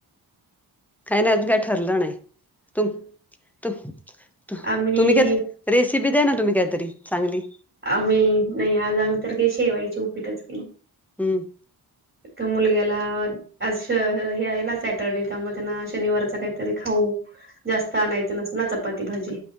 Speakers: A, in the centre; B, on the right.
A: काही नाही अजून काय ठरलं नाही. तुम-तुम-तुम
B: आम्ही
A: तुम्ही काय रेसिपी दद्या ना, तुम्ही काहीतरी चांगली.
B: आम्ही नाही आज आम्ही तर काय शेवायची उपीटच केल.
A: हम्म.
B: तर मुलग्याला आज हे आहे ना सॅटरडे त्यामुळे त्यांना शनिवारचा काहीतरी खाऊ जास्त आणायचं नसत ना चपाती भाजी.